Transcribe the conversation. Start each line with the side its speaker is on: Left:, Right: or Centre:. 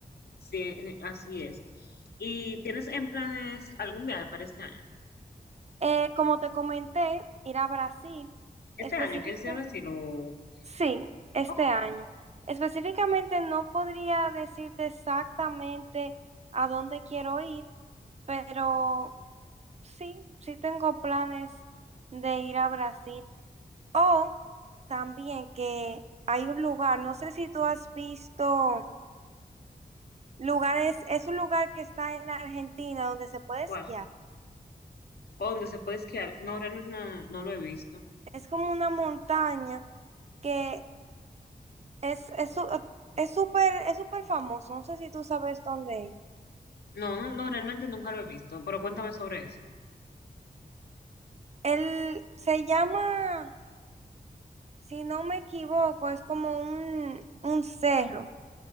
Left: sí, eh, así es. ¿Y tienes en planes algún viaje para este año?
Right: Eh, como te comenté, ir a Brasil,
Left: Este
Right: específicamente,
Left: año, ¿quieres ir a Brasil o
Right: sí, este
Left: ok,
Right: año. Específicamente no podría decirte exactamente a dónde quiero ir, pero sí, sí tengo planes de ir a Brasil. O también que hay un lugar, no sé si tú has visto lugares, es un lugar que está en Argentina donde se puede
Left: ¿cuál?
Right: esquiar.
Left: ¿O dónde se puede esquiar? No, realmente no, no lo he visto.
Right: Es como una montaña que es es su- es súper es súper famoso, no sé si tú sabes dónde es.
Left: No, no, no, realmente nunca lo he visto, pero cuéntame sobre eso.
Right: Él se llama, si no me equivoco, es como un, un cerro,